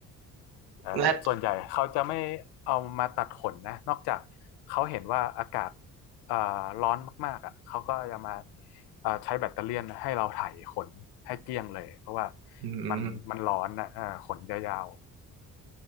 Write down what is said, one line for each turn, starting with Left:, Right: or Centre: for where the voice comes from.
Left: เอ่อส่วนใหญ่เขาจะไม่เอามาตัดขนนะนอกจากเขาเห็นว่าอากาศ
Right: และ
Left: เอ่อร้อนมากๆอ่ะเขาก็จะมาเอ่อใช้แบตเตอเลี่ยนให้เราไถขนให้เกลี้ยงเลยเพราะว่า
Right: อืม
Left: มันมันร้อนนะเอ่อขนยาว